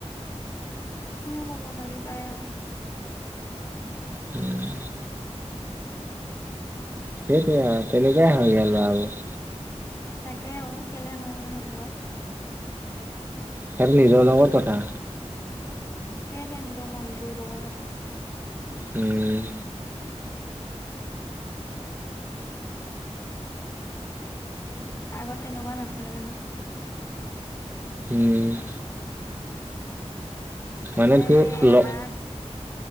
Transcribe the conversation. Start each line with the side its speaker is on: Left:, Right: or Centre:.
Left: কিনো ক'ব, গালি পাৰে আৰু।
Right: <unintelligible> সেইটোয়ে আৰু তেনেকুৱাই হয়গৈ লৰাবোৰ।
Left: তাকে অ কেলে হয় জানো তেনেকুৱা।
Right: সেইটো নিজৰ লগত কথা।
Left: সেইটোৱে নিজৰ মনটো লগৰ কথা।
Right: উম।
Left: অ। আগত তেনেকুৱা নাছিলে নহয়।
Right: উম।
Left: তেতিয়া
Right: মানে তোৰ
Left: হে
Right: ল
Left: মাক